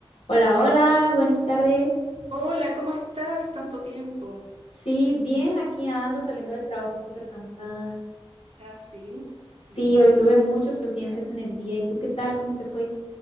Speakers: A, on the left (about 75°); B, on the right (about 75°).
A: Hola, hola, buenas tardes.
B: Hola, ¿cómo estás? Tanto tiempo.
A: Sí, bien, aquí ando saliendo del trabajo súper cansada.
B: Ah, sí.
A: Sí,
B: ¿Y por
A: hoy
B: qué?
A: tuve muchos pacientes en el día. ¿Y tú qué tal? ¿Cómo te fue?